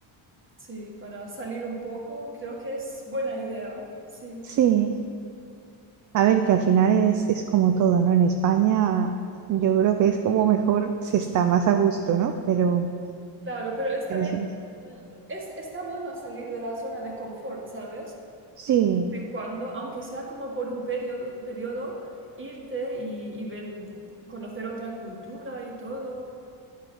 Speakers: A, on the right; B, on the right.
A: Sí, para salir un poco, creo que es buena idea, sí.
B: Sí. A ver, que al final es, es como todo, ¿no? En España yo creo que es como mejor se está más a gusto, ¿no? Pero,
A: Claro, pero es también,
B: pero sí,
A: mm, es, está bueno salir de la zona de confort, ¿sabes?
B: sí,
A: De vez en cuando, aunque sea como por un periodo, periodo irte y, y ver, conocer otra cultura y todo,